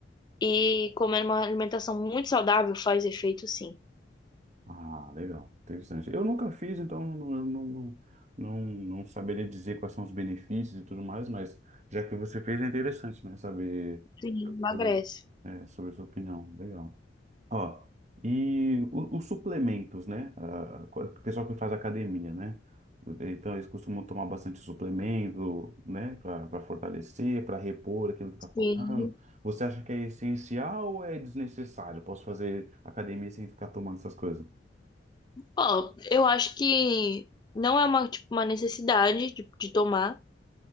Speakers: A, on the left (about 25°); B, on the right (about 40°).
A: e comendo uma alimentação muito saudável faz efeito, sim.
B: Ah, legal, interessante. Eu nunca fiz, então não, não- eu não, não, não, não saberia dizer quais são os benefícios e tudo mais, mas já que você fez, é interessante, né? Saber
A: Sim, emagrece.
B: sobre, é, sobre a sua opinião. Legal. Ó, e o- os suplementos, né? Ah, O pessoal que faz academia, né? Então eles costumam tomar bastante suplemento, né? Para fortalecer, para repor aquilo que está faltando.
A: Sim.
B: Você acha que é essencial ou é desnecessário? Posso fazer academia sem ficar tomando essas coisas?
A: Ó, eu acho que não é uma, tipo, uma necessidade de, de tomar.